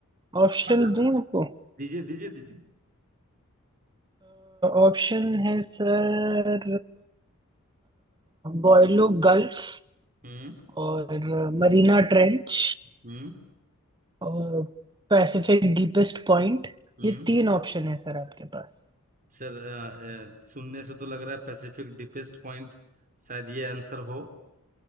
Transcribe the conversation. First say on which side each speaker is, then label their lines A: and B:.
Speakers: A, on the right; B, on the right.
A: ऑप्शंस
B: हाँ, सर,
A: दूं आपको
B: दीजिए दीजिए दीजिए
A: ऑप्शन है सर बॉयलो गल्फ
B: हम्म
A: और मरीना ट्रेंच
B: हम्म
A: और पैसिफिक डीपेस्ट पॉइंट
B: हम्म
A: ये तीन ऑप्शन है सर आपके पास
B: सर अ, अ, सुनने से तो लग रहा है पैसिफिक डीपेस्ट पॉइंट शायद ये आंसर हो